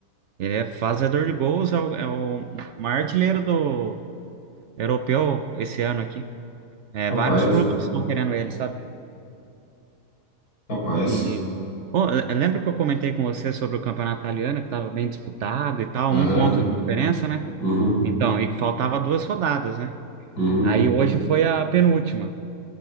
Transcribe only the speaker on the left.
Capaz,
capaz.
Aham.
Uhum.
Uhum.